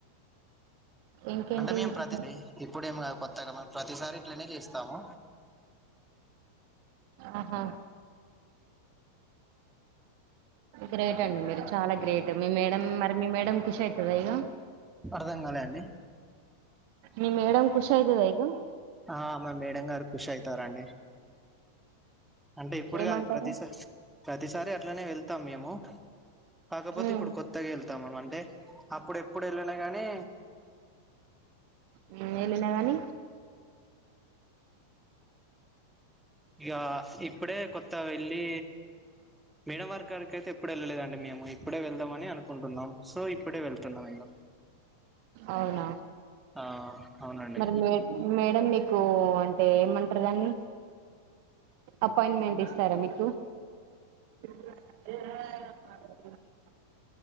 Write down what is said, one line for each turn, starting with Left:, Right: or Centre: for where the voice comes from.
Right: ఇంకేంటి
Centre: అంటే మేము
Right: విశేషాలు?
Centre: ప్రతిదీ ఇప్పుడేం కాదు కొత్తగా మం ప్రతిసారి ఇట్లనే చేస్తాము.
Right: ఆహా గ్రేట్ టెండి. మీరు చాలా గ్రేట్, మీ మేడం మరి, మీ మేడం ఖుషి అయితదా ఇగా.
Centre: అర్థం కాలే అండి
Right: మీ మేడమ్ కూష్ అయితదా ఇగా
Centre: ఆ మా మేడం గారు ఖుష్ అయితారండి. అంటే ఇప్పుడు
Right: ఏమంటారు
Centre: కాదు. ప్రతిసాస్ ప్రతిసారి అట్లనే వెళ్తాం మేము. కాకపోతే
Right: ఉమ్
Centre: ఇప్పుడు కొత్తగా ఏళ్ళతాం మన్ అంటే అప్పుడు ఎప్పుడు ఏళ్లలేగానే
Right: ఉమ్ ఏళ్ళిన గానీ
Centre: ఇగా ఇప్పుడే కొత్త వెళ్లి మేడమ్ వారక్ కాడికి అయితే ఎప్పుడ్ వెళ్ళలేదండి మేము ఇప్పుడే వెళ్దామని అనుకుంటున్నాం సో ఇప్పుడే వెళ్తున్నాం ఇగా
Right: అవునా
Centre: ఆ అవునండి
Right: మరి మేడ్ మే ఏమ్ మీకు అంటే ఏమంటారు దాన్ని అపాయింట్మెంట్ ఇస్తారా మీకు <unintelligible>